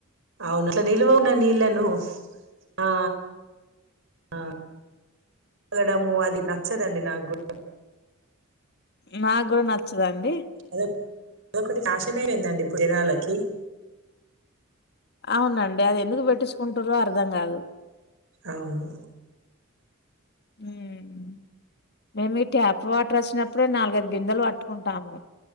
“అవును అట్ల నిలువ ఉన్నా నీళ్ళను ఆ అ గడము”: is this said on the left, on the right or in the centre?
Right